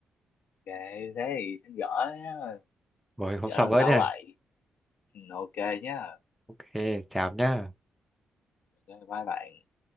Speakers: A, on the left; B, in the centre.
A: ok thế thì xin gỡ nhá
B: rồi hôm
A: gỡ
B: sau
A: lần
B: gỡ
A: sau
B: nhá
A: vậy Ừ, ok nhá
B: Ok, chào nhá.
A: ok bye bạn